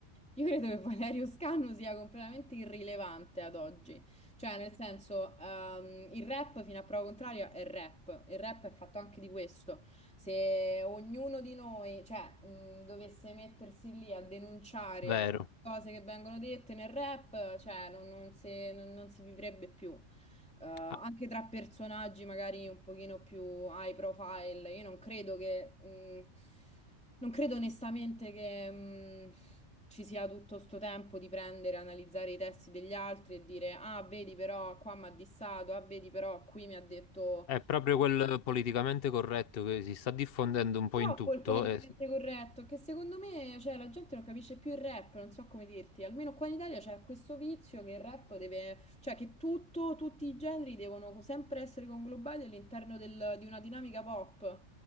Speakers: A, in the centre; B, on the left.
A: Io credo che Valerio Scanu sia completamente irrilevante ad oggi, cioè nel senso ehm, il rap fino a prova contraria è rap, il rap è fatto anche di questo, se ognuno di noi cioè, mh, dovesse mettersi lì a denunciare
B: Vero.
A: cose che vengono dette nel rap, cioè non, non si, non- non si vivrebbe più, Eh, anche
B: Ah,
A: tra personaggi magari un pochino più high profile, io non credo che... mh, non credo onestamente che... mh, ci sia tutto sto tempo di prendere, analizzare i testi degli altri e dire, ah, vedi però qua mi ha dissato, ah, vedi però qui mi ha detto
B: È proprio quel politicamente corretto che si sta diffondendo un po'
A: Troppo
B: in tutto.
A: il politicamente
B: È...
A: corretto, che secondo me, cioè, la gente non capisce più il rap, non so come dirti. Almeno qua in Italia c'è questo vizio che il rap deve, cioè che tutto, tutti i generi devono sempre essere conglobati all'interno del- di una dinamica pop.